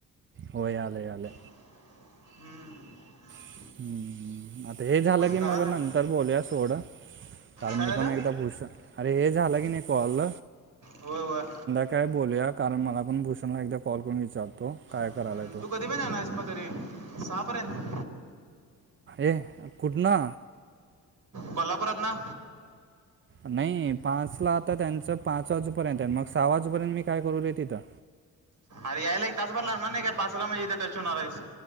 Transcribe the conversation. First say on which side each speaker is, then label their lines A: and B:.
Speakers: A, on the right; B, on the right.
A: हो याले याले.
B: हम्म.
A: <inaudible> आता हे झालं की
B: दगाला
A: मग नंतर बोलूया सोडं. कारण
B: काय
A: मी
B: झालं
A: पण एकदा भुस अरे हे झालं की नाही कॉल?
B: व्हय व्हय.
A: काय बोलूया? कारण मला पण भूषणला एकदा कॉल करून विचारतो. काय
B: हम्म,
A: करायला? तो
B: तू कधी पर्यंत येनारेस पण घरी? सहापर्यंत?
A: ए कुठन?
B: कोल्हापुरात न.
A: नाही पाच ला आता त्यांचं पाच वाजेपर्यंत आहे मग सहा वाजेपर्यंत मी काय करू रे तिथं.
B: आरे यायला एक तासबर लाणार नाही का पाचला म इथ टच होणार आहेस.